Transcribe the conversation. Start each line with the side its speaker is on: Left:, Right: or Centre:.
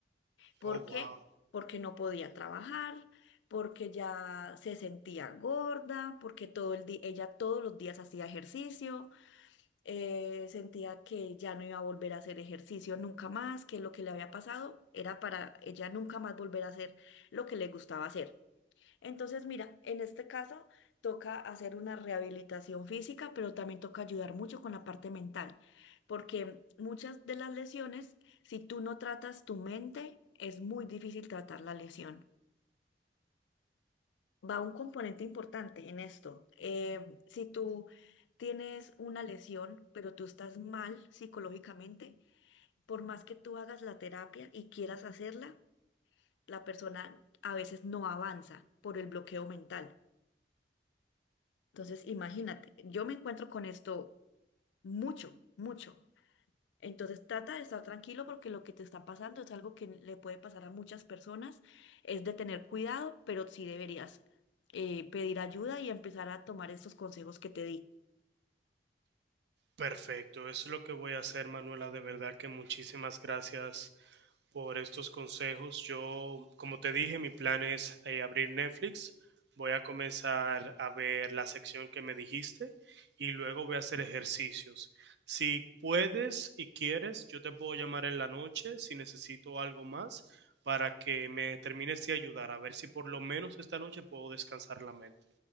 Left: ¿Por
Right: Oh, wow.
Left: qué? Porque no podía trabajar, porque ya se sentía gorda, porque todo el día, ella todos los días hacía ejercicio eh, sentía que ya no iba a volver a hacer ejercicio nunca más, que lo que le había pasado era para ella nunca más volver a hacer lo que le gustaba hacer. Entonces, mira, en este caso toca hacer una rehabilitación física, pero también toca ayudar mucho con la parte mental, porque muchas de las lesiones, si tú no tratas tu mente, es muy difícil tratar la lesión va un componente importante en esto. Eh, si tú tienes una lesión, pero tú estás mal psicológicamente, por más que tú hagas la terapia y quieras hacerla, la persona a veces no avanza por el bloqueo mental. Entonces, imagínate, yo me encuentro con esto mucho, mucho. Entonces trata de estar tranquilo porque lo que te está pasando es algo que le puede pasar a muchas personas. Es de tener cuidado, pero sí deberías eh, pedir ayuda y empezar a tomar estos consejos que te di.
Right: Perfecto. Eso es lo que voy a hacer, Manuela. De verdad que muchísimas gracias por estos consejos. Yo, como te dije, mi plan es eh, abrir Netflix. Voy a comenzar a ver la sección que me dijiste y luego voy a hacer ejercicios. Si puedes y quieres, yo te puedo llamar en la noche si necesito algo más para que me termines de ayudar, a ver si por lo menos esta noche puedo descansar la mente.